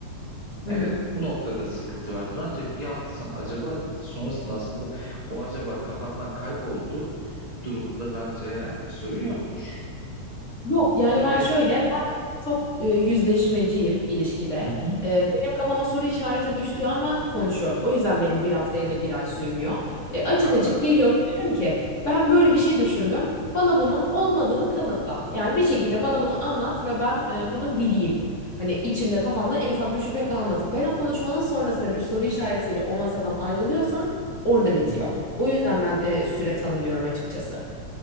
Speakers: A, on the left; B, on the right.
A: Hı
B: Evet,
A: hı.
B: bu noktada sıkıntı vardır. Ancak bir hafta sen acaba dedin. Sonrasında aslında o acaba kafandan kayboldu durumunda bence herhangi bir sorun yoktur.
A: Yok yani
B: Tabii
A: ben şöyle ben çok e, yüzleşmeciyim ilişkide.
B: Hı hı.
A: E, benim kafama soru işareti düştüğü an ben konuşuyorum. O yüzden benim bir hafta ya da bir ay sürmüyor. E, açık
B: anladım.
A: açık geliyorum diyorum ki ben böyle bir şey düşündüm. Bana bunun olmadığını kanıtla. Yani bir şekilde bana bunu anlat ve ben e, bunu bileyim. Hani içimde kafamda en ufak bir şüphe kalmasın. Ben o konuşmanın sonrasında bir soru işaretiyle o masadan ayrılıyorsam orada bitiyor.
B: Hı hı.
A: O yüzden ben e, süre tanımıyorum açıkçası.